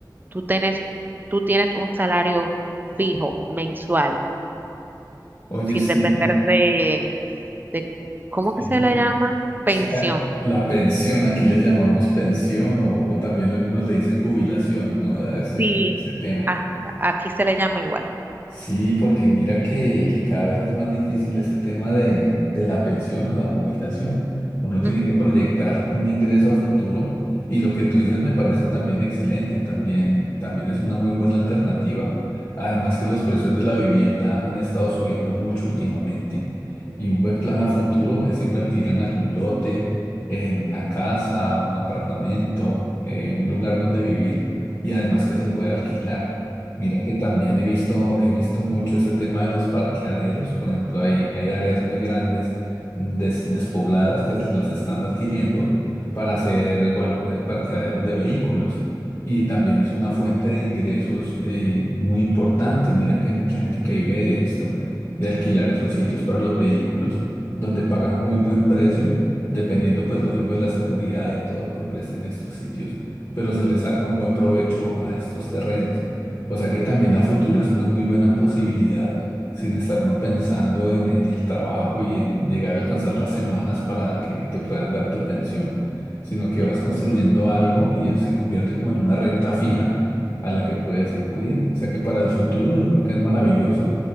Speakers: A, on the right (about 25°); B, on the left (about 40°).
A: tú tienes, tú tienes un salario fijo mensual,
B: Oye,
A: sin
B: sí,
A: depender de, de ¿cómo
B: sí.
A: que se le llama? Pensión.
B: se- La la pensión, aquí le llamamos pensión o, o también algunos le dicen jubilación, ¿no? A ese,
A: Sí.
B: ese tema.
A: A- Aquí se le llama igual.
B: Sí, porque mira que, que cada vez es más difícil este tema de, de la pensión o la jubilación. Uno
A: Ujú,
B: tiene que proyectar un ingreso a futuro y lo que tú dices me parece también excelente, también, también es una muy buena alternativa. Además que los precios de la vivienda han estado subiendo mucho últimamente
A: ujú.
B: y un buen plan a futuro es invertir en algún lote, en una casa, un apartamento, eh, un lugar donde vivir y además que se pueda alquilar. Mira que también he visto, he visto mucho ese tema de los parqueaderos. Por ejemplo, hay, hay áreas muy grandes mm, des- despobladas que las están adquiriendo para hacer guar- eh, parqueaderos de vehículos. Y también es una fuente de ingresos eh, muy importante. Mira que hay mucha gente que vive de esto, de alquilar esos sitios para los vehículos, donde pagan muy buen precio, dependiendo, pues, lógico, de la seguridad y todo que presten estos sitios. Pero se les saca un buen provecho a estos terrenos. O sea que también a futuro es una muy buena posibilidad sin estar uno pensando en, en el trabajo y en llegar a alcanzar las semanas para que te puedan dar tu pensión, sino que
A: Y-
B: vas construyendo algo y se convierte como en una renta fija a la que puedes acudir. O sea que para el futuro yo creo que es maravilloso